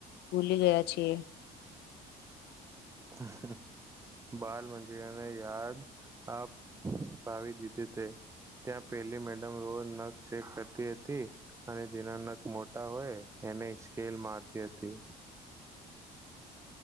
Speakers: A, on the left; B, on the right.
A: ભૂલી ગયા છીએ.
B: હ બાલ મંદિરને યાદ આપ પાવી દીધું છે. ત્યાં પેલી મેડમ રોજ નખ ચેક કરતી હતી અને જેના નખ મોટા હોય એને સ્કેલ મારતી હતી.